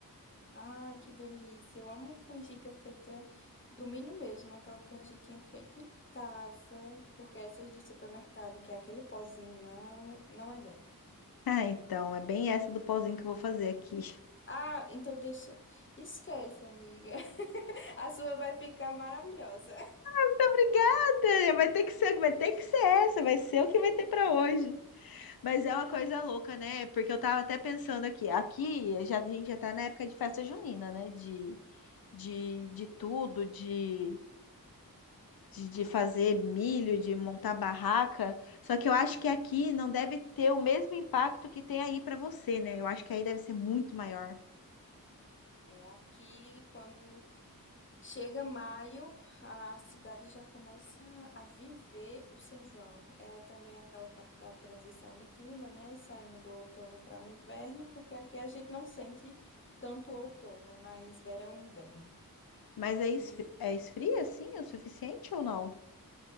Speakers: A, on the left; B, on the left.
A: Ai, que delícia. Eu amo canjica feita do milho mesmo, aquela canjiquinha feita em casa, porque essas de supermercado, que é aquele pozinho, não, não é bom.
B: Ah, então, é bem essa do pauzinho que eu vou fazer aqui.
A: Ah, então deixa. Esquece, amiga. <laughs> A sua vai ficar maravilhosa.
B: <laughs> Muito Obrigada! Vai ter que ser, vai ter que ser essa, vai ser o que vai ter pra hoje. Mas é uma coisa louca, né? Porque eu tava até pensando aqui. Aqui já, a gente já tá na época de festa junina, né? De, de, de tudo, de, de, de fazer milho, de montar barraca. Só que eu acho que aqui não deve ter o mesmo impacto que tem aí pra você, né? Eu acho que aí deve ser muito maior.
A: É aqui quando Chega maio, a cidade já começa a viver o São João. É também aquela parte da transição de clima, né? Saindo do outono para o inverno, porque aqui a gente não sente tanto outono, é mais verão e inverno.
B: Mas é,
A: E
B: esfri é esfria, assim, o suficiente ou não?